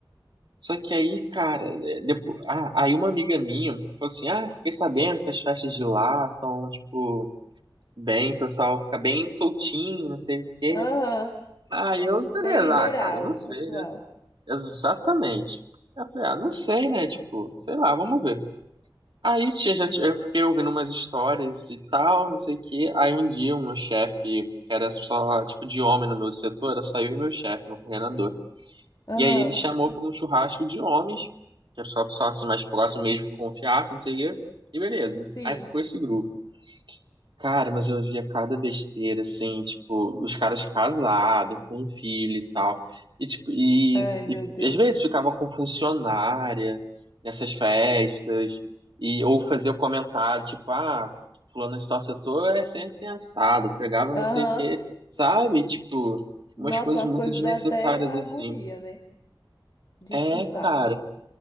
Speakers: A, on the right; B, on the left.
A: Só que aí, cara, é, depois, ah, aí uma amiga minha falou assim: Ah, fiquei sabendo que as festas de lá são, tipo, bem, o pessoal fica bem soltinho, não sei o quê.
B: Aham,
A: Aí eu, beleza,
B: bem liberal,
A: ah, cara, eu não sei,
B: pessoal.
A: né? Exatamente. Eu falei: Ah, não sei, né? Tipo, sei lá, vamos ver. Aí tinha- já, tinha- eu fiquei ouvindo umas histórias e tal, não sei o quê. Aí um dia, o meu chefe, que era só, tipo, de homem no meu setor, era só eu e meu chefe, meu coordenador.
B: Aham,
A: E aí ele chamou para um churrasco de homens, que é só para sócios mais próximos mesmo que confiassem, não sei o quê. E beleza.
B: sim.
A: Aí ficou esse grupo. Cara, mas eu via cada besteira, assim, tipo, os caras casados, com um filho e tal. E, tipo, e,
B: Ai, meu Deus.
A: e às vezes ficava com funcionária nessas festas, e, ou fazia comentário, tipo, ah, fulano de tal setor é sempre assim, assado, pegava
B: Aham.
A: não sei o quê, sabe? Tipo,
B: Nossa,
A: umas coisas
B: as
A: muito
B: coisas
A: desnecessárias,
B: dá até agonia,
A: assim.
B: né? De
A: É,
B: escutar.
A: cara.